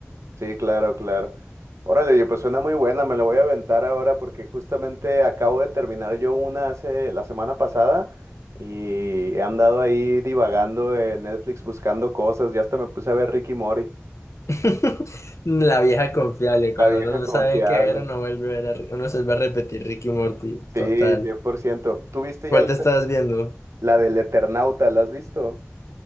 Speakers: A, on the right; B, on the left.
A: Sí, claro, claro. Órale, oye, pues suena muy buena, me la voy a aventar ahora porque justamente acabo de terminar yo una hace la semana pasada y he andado ahí divagando en Netflix buscando cosas, ya hasta me puse a ver Ricky Mori,
B: <laughs> La vieja confiable, cuando
A: la vieja
B: uno no
A: confiable.
B: sabe qué ver, uno vuelve a ver, a- uno se va a repetir Ricky y Morty,
A: Sí,
B: total.
A: 100%. ¿Tú viste
B: ¿Cuál
A: ya la,
B: te estás viendo?
A: la del Eternauta? ¿La has visto?